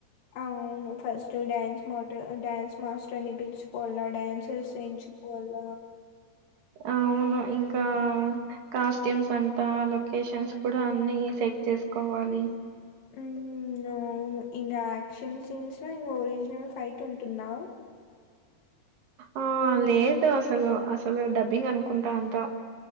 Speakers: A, on the left (about 65°); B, on the right (about 65°).
A: ఔను ఫస్ట్ డ్యాన్స్ మాట్ డ్యాన్స్ మాస్టర్ నీ పిలుచుకొవలె డ్యాన్సర్స్ ఎంచుకోవల
B: ఔను ఇంకా కాస్ట్యూమ్స్ అంటా లొకేషన్స్ కూడ అన్నీ సెట్ చేసుకోవాలి
A: ఉ ఔను ఇంగ యాక్షన్ సీన్స్లొ ఒరిజినల్ ఫైట్ ఉంటుంద
B: ఆ లేదు అసలు అసలు డబ్బింగ్ అనుకుంట అంత